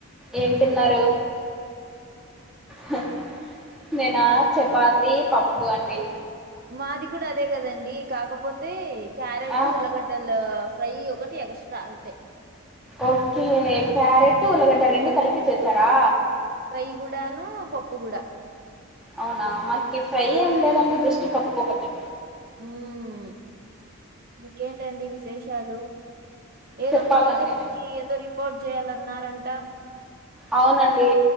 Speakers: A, in the centre; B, on the right.
A: ఏం తిన్నారు హా నేనా చపాతి పప్పు అండి
B: మాది గుడా అదే కదండి కాకపోతే క్యారెట్
A: ఆ
B: ఉల్లగడ <unintelligible> ఫ్రై ఒకటి ఎగస్త్రా అంతే
A: ఓకే క్యారెట్ ఉల్లగడ్డ రెండు కలిపి చేస్థారా
B: ఫ్రై గుడను పప్పుగూడ
A: అవునా మాకి ఫ్రై ఏం లేదండి జస్ట్ పప్పు ఒకటే
B: ఉం ఇంకేంటండి విశేషాలు ఏదో
A: చెప్పాలండి
B: ప్రాజెక్ట్ కి ఏందో రిపోర్ట్ చేయాలన్నారంట
A: అవునండి